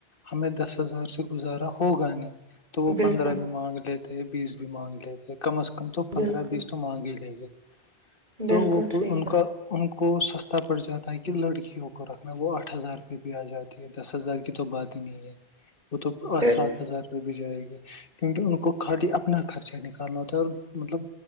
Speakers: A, on the left; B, on the right.
A: ہمیں دس ہزار سے گزارا ہوگا نہیں تو وہ
B: بالکل
A: پندرہ بھی مانگ لیتے بیس بھی مانگ لیتے کم از کم تو
B: بالکل
A: پندرہ بیس مانگے لے گے
B: بالکل
A: تو وہ
B: صحیح
A: ان
B: بات
A: کا <unintelligible> ان کو سستا پڑ جاتا ہے کہ لڑکیوں کو کو رکھنا وہ آٹھ ہزار روپئے بھی آ جاتی ہے دس ہزار کی تو بات ہی نہیں ہے <unintelligible> وہ تو پ
B: پھر
A: سات ہزار روپئے بھی جائے گی <unintelligible> کیونکہ ان کو کٹی اپنا خرچہ نکالنا ہوتا ہے اور مطلب